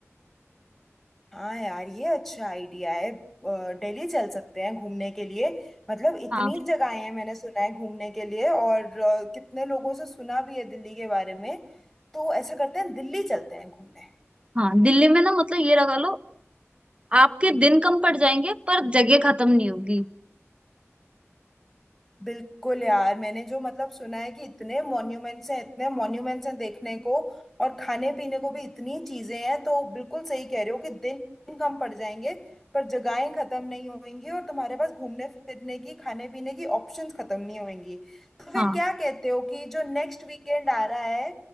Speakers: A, in the centre; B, on the right (about 25°).
A: हाँ यार ये अच्छा आइडिया है अ, दिल्ली चल सकते हैं घूमने के लिए मतलब इतनी
B: हाँ
A: जगहें हैं मैंने सुना है घूमने के लिए और अ, कितने लोगों से सुना भी है दिल्ली के बारे में तो ऐसा करते हैं दिल्ली चलते हैं घूमने
B: हाँ दिल्ली में ना मतलब ये लगा लो आपके दिन कम पड़ जाएंगे पर जगह खत्म नहीं होगी
A: बिल्कुल यार मैंने जो मतलब सुना है कि इतने मॉन्यूमेंट्स हैं इतने मॉन्यूमेंट्स हैं देखने को और खाने पीने को भी इतनी चीजें हैं तो बिल्कुल सही कह रहे हो कि दिन कम पड़ जाएंगे पर जगहें खत्म नहीं होंगी और तुम्हारे पास घूमने फिरने की खाने पीने की ऑप्शंस खत्म नहीं होंगी तो फिर
B: हाँ
A: क्या कहते हो कि जो नेक्स्ट वीकेंड आ रहा है